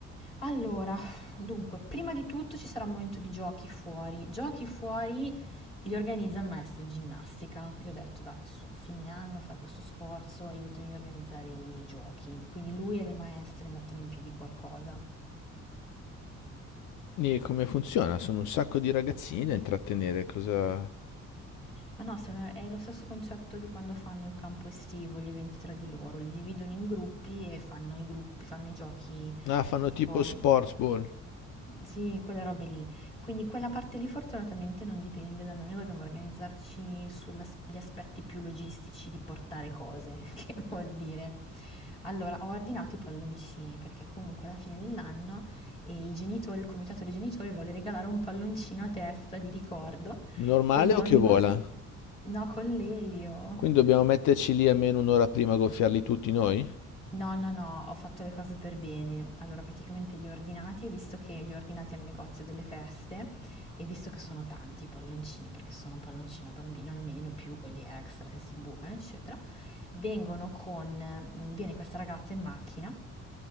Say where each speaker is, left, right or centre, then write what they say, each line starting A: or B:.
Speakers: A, on the left; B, on the left.
A: Allora, dunque, prima di tutto ci sarà un momento di giochi fuori. Giochi fuori li organizza il maestro di ginnastica. Gli ho detto, dai, su, fine anno fai questo sforzo, aiutami a organizzare i giochi. Quindi lui e le maestre mettono in piedi qualcosa.
B: E come funziona? Sono un sacco di ragazzini da intrattenere, cosa...
A: Ma no, sono- è lo stesso concetto di quando fanno il campo estivo, gli eventi tra di loro. Li dividono in gruppi e fanno i gruppi, fanno i giochi
B: Ah, fanno
A: tipo
B: tipo sports ball.
A: Sì, quelle robe lì. Quindi quella parte lì fortunatamente non dipende da noi, noi dobbiamo organizzarci sugli aspetti più logistici di portare cose, <laughs> che vuol dire. Allora, ho ordinato i palloncini perché comunque alla fine dell'anno e i genitori, il comitato dei genitori vuole regalare un palloncino a testa di ricordo,
B: Normale
A: quindi
B: o
A: ogni
B: che vola?
A: bambino... No, con l'elio.
B: Quindi dobbiamo metterci lì almeno un'ora prima a gonfiarli tutti noi?
A: No, no, no, ho fatto le cose per bene. Allora, praticamente li ho ordinati, visto che li ho ordinati al negozio delle feste e visto che sono tanti i palloncini, perché sono un palloncino a bambino almeno, più quelli extra se si bucano, eccetera, vengono con, mm, viene questa ragazza in macchina